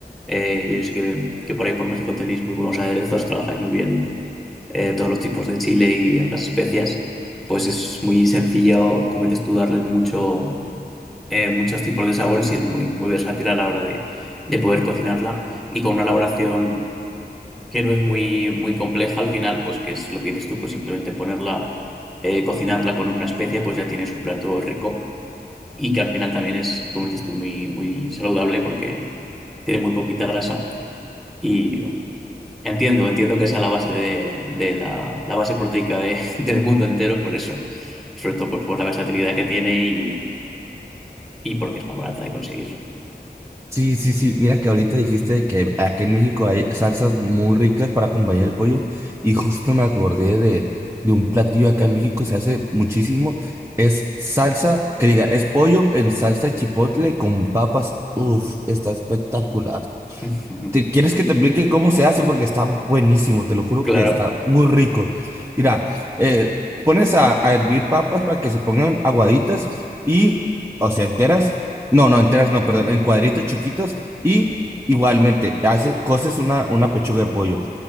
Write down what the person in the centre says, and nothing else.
eh, yo sé que, que por ahí por México tenéis muy buenos aderezos, trabajáis muy bien eh, todos los tipos de chile y las especias, pues es muy sencillo, como dices tú, darle mucho, eh, muchos tipos de sabores y es muy, muy versátil a la hora de, de poder cocinarla y con una elaboración que no es muy, muy compleja al final, pues que es lo que dices tú, pues simplemente ponerla, eh, cocinarla con una especia, pues ya tienes un plato rico y que al final también es, como dices tú, muy, muy saludable porque tiene muy poquita grasa y entiendo, entiendo que sea la base de, de la, la base proteica de- <laughs> del mundo entero, por eso, sobre todo pues por la versatilidad que tiene y, y porque es más barata de conseguir.
<laughs>
Claro,